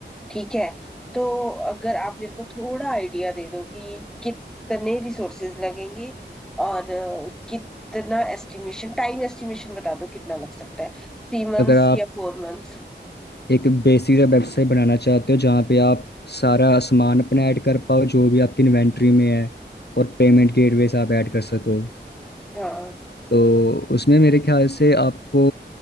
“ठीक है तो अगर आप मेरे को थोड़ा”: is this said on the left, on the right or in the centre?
Centre